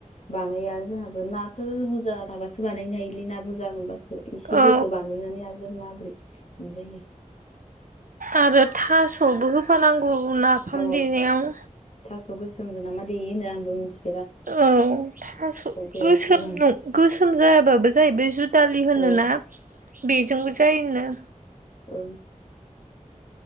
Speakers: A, on the left; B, on the right.
A: बानायानो जोंहाबो नाफोर बुरजा थाबासो बानायनो हायोलै ना बुरजा मोनबासो। इसेफोरखौ
B: औ
A: बानायनानै आरो माबोरै मोनजायो।
B: आरो थास'बो होफानांगौ नाफाम
A: अ
B: देनायाव
A: थास' गोसोमजों नामा देयोनो आंबो मिथि
B: औ थास'
A: संफेराखैबो
B: गोसोम न गोसोम जायाबाबो जाहैबाय दुदालि होन
A: आं
B: ना बेजोंबो जायोनो।
A: औ।